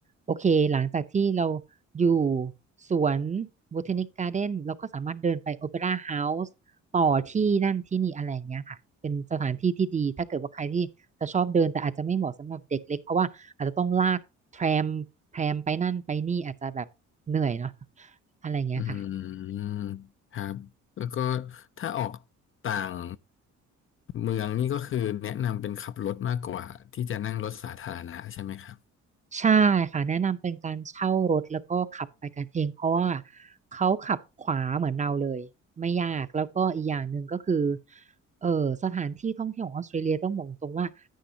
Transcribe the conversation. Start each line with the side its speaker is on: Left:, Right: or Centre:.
Right: โอเคหลังจากที่เราอยู่สวน b บ t ท n นิ g การ์เด้นเราก็สามารถเดินไปโอเปร่าเฮาส์ ต่อที่นั่นที่นี่อะไรอย่างเงี้ยค่ะเป็นสถานที่ที่ดีถ้าเกิดว่าใครที่จะชอบเดินแต่อาจจะไม่เหมาะสำหรับเด็กเล็กเพราะว่าอาจจะต้องลากแทรมแทรมไปนั่นไปนี่อาจจะแบบเหนื่อยเนาะอะไรอย่างเงี้ยค่ะ
Left: อืมครับแล้วก็ถ้าออกต่างเมืองนี่ก็คือแนะนำเป็นขับรถมากกว่าที่จะนั่งรถสาธารณะใช่ไหมครับ
Right: ใช่ค่ะแนะนำเป็นการเช่ารถแล้วก็ขับไปกันเองเพราะว่าเขาขับขวาเหมือนเราเลยไม่ยากแล้วก็อีกอย่างหนึ่งก็คือ เออสถานที่ท่องเที่ยวของออสเตรเลียต้องบอกตรงว่า